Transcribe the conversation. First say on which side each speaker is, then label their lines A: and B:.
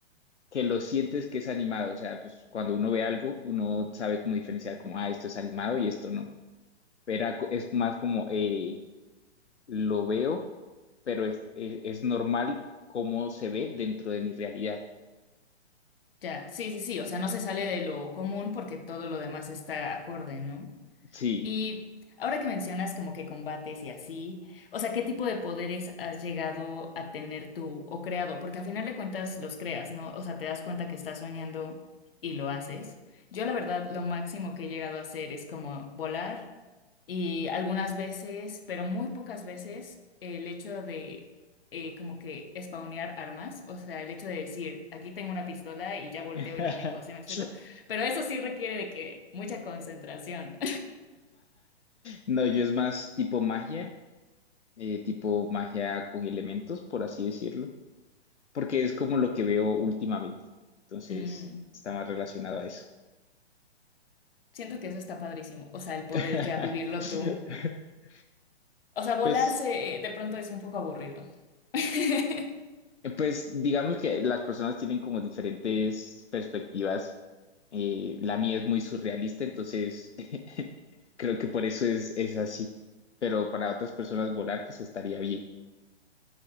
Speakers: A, on the left; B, on the left.
A: que lo sientes que es animado. O sea, pues cuando uno ve algo, uno sabe cómo diferenciar como, ah, esto es animado y esto no. Pero ac- es más como, eh, lo veo pero es, es, es normal cómo se ve dentro de mi realidad.
B: Ya, sí, sí, sí, o sea, no se sale de lo común porque todo lo demás está acorde, ¿no?
A: Sí.
B: Y ahora que mencionas como que combates y así, o sea, ¿qué tipo de poderes has llegado a tener tú o creado? Porque al final de cuentas los creas, ¿no? O sea, te das cuenta que estás soñando y lo haces. Yo la verdad lo máximo que he llegado a hacer es como volar y algunas veces, pero muy pocas veces, el hecho de eh, como que spawnear armas, o sea, el hecho de decir, aquí tengo una pistola y ya volteo
A: <laughs>
B: y la tengo, ¿sí me explico? Pero eso sí requiere de que mucha concentración.
A: No, yo es más tipo magia, eh, tipo magia con elementos, por así decirlo, porque es como lo que veo últimamente. Entonces,
B: Mm,
A: está más relacionado a eso.
B: Siento que eso está padrísimo. O sea, el poder
A: <laughs>
B: ya vivirlo tú. O sea,
A: Pues
B: volarse eh, de pronto es un poco aburrido. <laughs>
A: Pues digamos que las personas tienen como diferentes perspectivas. Eh, la mía es muy surrealista, entonces <laughs> creo que por eso es, es así. Pero para otras personas volar, pues estaría bien.